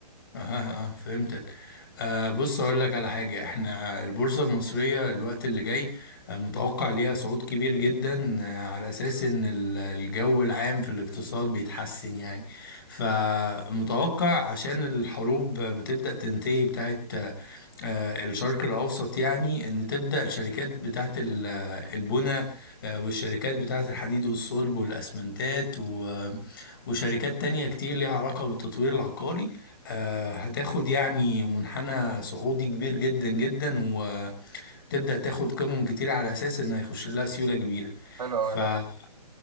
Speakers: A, on the left; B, on the right.
A: اه اه فهمتك آه بص اقول لك على حاجه احنا البورصه المصريه الوقت اللي جاي آه متوقع ليها صعود كبير جدا آه على اساس ان ال- الجو العام في الاقتصاد بيتحسن يعني فمتوقع عشان الحروب بتبدا تنتهي بتاعت آه، الشرق الأوسط يعني إن تبدأ الشركات بتاعت ال- آه، البنى آه، والشركات بتاعت الحديد والصلب والأسمنتات و- آه، وشركات تانية كتير ليها علاقة بالتطوير العقاري آه، هتاخد يعني منحنى صعودي كبير جدا جدا وتبدأ تاخد قيمم كتير على أساس إن هيخش لها سيولة كبيرة
B: حلو
A: فأنت
B: قوي ده